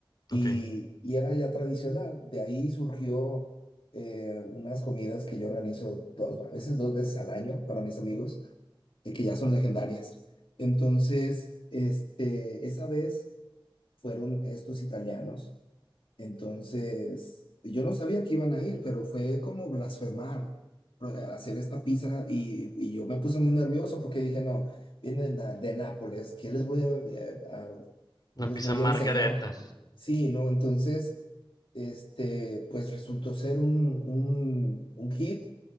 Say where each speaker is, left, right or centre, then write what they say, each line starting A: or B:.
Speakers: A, on the left; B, on the left.
A: y,
B: ok.
A: y era ya tradicional. De ahí surgió eh, unas comidas que yo organizo dos, a veces dos veces al año para mis amigos, eh, que ya son legendarias. Entonces, este, esa vez fueron estos italianos entonces, yo no sabía que iban a ir, pero fue como blasfemar pro- eh, hacer esta pizza y, y yo me puse muy nervioso porque dije, no, vienen a- de Nápoles, ¿qué les voy a, eh, a-
B: Una
A: qué les
B: pizza
A: voy
B: margareta.
A: a enseñar? Sí, ¿no? Entonces, este, pues resultó ser un, un, un hit.